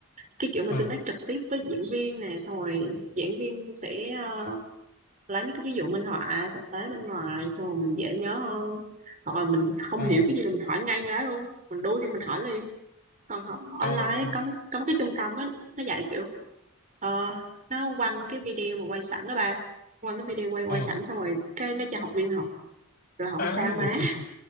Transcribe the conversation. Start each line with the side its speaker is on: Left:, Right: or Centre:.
Right: cái kiểu mà
Left: Ờ,
Right: tương tác trực tiếp với diễn viên nè xong rồi diễn viên sẽ ờ, lấy mấy cái ví dụ minh họa thực tế bên ngoài xong rồi mình dễ nhớ hơn hoặc là mình không
Left: ồ,
Right: hiểu cái gì là mình hỏi ngay cái đó luôn mình đu thì mình hỏi liền còn học
Left: ờ,
Right: online ấy,
Left: ờ,
Right: có mấy, có mấy cái trung tâm ấy, nó dạy kiểu ờ, nó quăng cái video mà quay sẵn đó ba quăng cái video quay quay
Left: ờ.
Right: sẵn xong rồi cái nó cho học viên học rồi không
Left: À,
Right: sao
Left: đúng rồi.
Right: má <laughs>